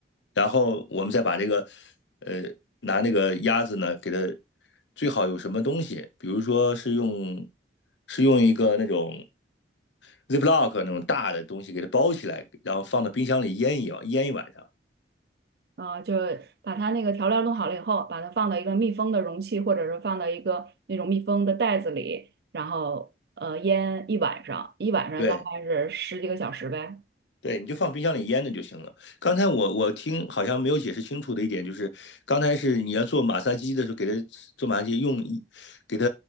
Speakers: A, on the left; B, on the right.
A: 然后我们再把这个，呃，拿那个鸭子呢，给它最好有什么东西，比如说是用是用一个那种 Ziploc 那种大的东西给它包起来，然后放到冰箱里腌一腌一晚上。
B: 啊、就把它那个调料弄好了以后，把它放到一个密封的容器，或者是放到一个那种密封的袋子里，然后呃腌一晚上，一晚上大概是十几个小时呗。
A: 对，对，你就放冰箱里腌着就行了。刚才我我听好像没有解释清楚的一点就是，刚才是你要做马杀鸡的时候，给它做马杀鸡用一，给它